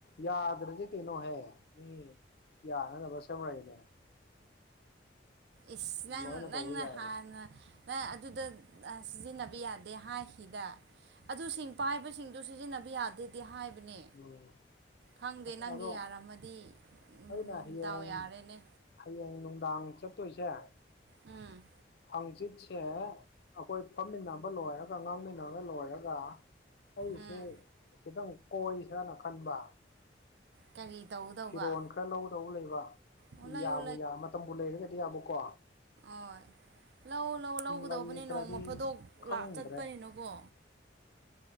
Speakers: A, on the left (about 55°); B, on the right (about 65°).
A: ꯌꯥꯗ꯭ꯔꯗꯤ ꯀꯩꯅꯣꯍꯦ ꯃꯤ ꯌꯥꯅꯅꯕ ꯁꯦꯝꯃꯛꯏꯅꯦ
B: ꯏꯁ ꯅꯪ
A: ꯂꯣꯏꯅ
B: ꯅꯪꯅ
A: ꯇꯧꯕ ꯌꯥꯏꯌꯦ
B: ꯍꯥꯟꯅ ꯅ ꯑꯗꯨꯗ ꯑ ꯁꯤꯖꯤꯟꯅꯕ ꯌꯥꯗꯦ ꯍꯥꯏꯈꯤꯗ ꯑꯗꯨꯁꯤꯡ ꯄꯥꯏꯕꯁꯤꯡꯗꯨ ꯁꯤꯖꯤꯟꯅꯕ ꯌꯥꯗꯦꯗꯤ ꯍꯥꯏꯕꯅꯦ
A: ꯎꯝ
B: ꯈꯪꯗꯦ
A: ꯑꯁ
B: ꯅꯪꯒꯤ
A: ꯑꯗꯣ
B: ꯌꯥꯔꯝꯃꯗꯤ ꯎꯝ
A: ꯑꯩꯅ ꯍꯌꯦꯡ
B: ꯗꯥꯎ ꯌꯥꯔꯦꯅꯦ
A: ꯍꯌꯦꯡ ꯅꯨꯡꯗꯥꯡ ꯆꯠꯇꯣꯏꯁꯦ
B: ꯎꯝ
A: ꯍꯪꯆꯤꯠꯁꯦ ꯑꯩꯈꯣꯏ ꯐꯝꯃꯤꯟꯅꯕ ꯂꯣꯏꯔꯒ ꯉꯥꯡꯃꯤꯟꯅꯕ ꯂꯣꯏꯔꯒ ꯑꯩꯁꯦ
B: ꯎꯝ
A: ꯈꯤꯗꯪ ꯀꯣꯏꯁꯤꯔꯅ ꯈꯟꯕ
B: ꯀꯔꯤ ꯇꯧꯒꯗꯧꯕ
A: ꯐꯤꯔꯣꯟ ꯈꯔ ꯂꯧꯒꯗꯧ ꯂꯩꯕ
B: ꯑꯣ ꯂꯩꯌꯨ
A: ꯌꯥꯕꯨ ꯌꯥ ꯃꯇꯝꯕꯨ ꯂꯩꯔꯒꯗꯤ ꯌꯥꯕꯨꯀꯣ
B: ꯑꯣꯏ ꯂꯧꯋꯣ ꯂꯧ ꯂꯧꯒꯗꯧꯕꯅꯦ
A: ꯂꯩꯇ꯭ꯔꯗꯤ
B: ꯅꯣꯡꯃ ꯐꯗꯣꯛ
A: ꯈꯪꯗ꯭ꯔꯦ
B: ꯂꯥꯛ ꯆꯠꯄꯅꯤꯅꯀꯣ